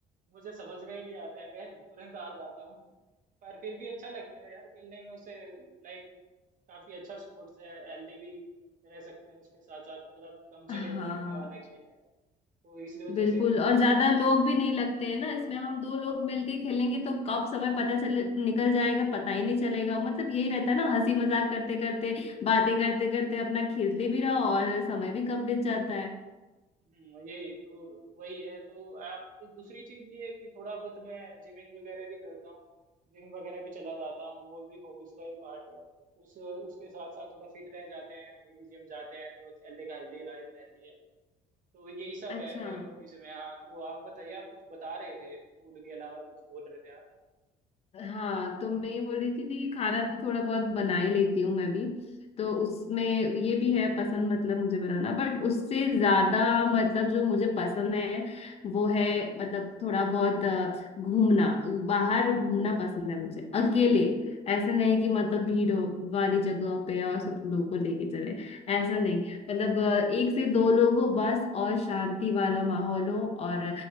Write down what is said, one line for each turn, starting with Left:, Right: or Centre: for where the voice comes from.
Right: मुझे समझ में ही नहीं आता है मैं तुरंत हार जाता हूँ <laughs> पर फिर भी अच्छा लगता है यार खेलने में उसे लाइक काफी अच्छा स्पोर्ट्स है हेल्दी भी रह सकते हैं उसके साथ साथ मतलब कम
Left: हाँ
Right: जगह में खेलने वाला खेल है तो इसलिए वजह
Left: बिल्कुल
Right: से भी थोड़ा
Left: और
Right: सा
Left: ज्यादा
Right: रखा है
Left: लोग भी नहीं लगते हैं ना इसमें हम दो लोग मिलके खेलेंगे तो कब समय पता चले निकल जाएगा पता ही नहीं चलेगा
Right: हम्म।
Left: मतलब यही रहता है ना हंसी मजाक करते करते बातें करते करते अपना खेलते भी रहो और समय भी कब बीत जाता है
Right: हम्म, यही तो वही है तो आप दूसरी चीज ये है कि थोड़ा बहुत मैं जिमिंग वगैरह भी करता हूँ जिम वगैरह भी चला जाता हूँ वो भी हॉबीज का ही पार्ट है उस उसके साथ साथ थोड़ा फिट रह जाते हैं यदि जिम जाते हैं तो हेल्दी का हेल्दी लाइफ रहती है तो यही सब
Left: अच्छा
Right: है मेरी हॉबीज में हाँ तो आप बताइए आप कुछ बता रहे थे फूड के अलावा कुछ बोल रहे थे आप
Left: हाँ तो मैं ये बोल रही थी कि खाना तो थोड़ा बहुत बना ही लेती हूँ मैं भी
Right: हम्म।
Left: तो उसमें ये भी है पसंद मतलब मुझे बनाना बट उससे ज्यादा मतलब जो मुझे पसंद है वो है मतलब थोड़ा बहुत अ, घूमना बाहर घूमना पसंद है मुझे अकेले ऐसा नहीं कि मतलब भीड़ हो वाली जगह पे और सब लोगों को लेके चले ऐसा नहीं मतलब अ, एक से दो लोग हो बस और शांति वाला माहौल हो और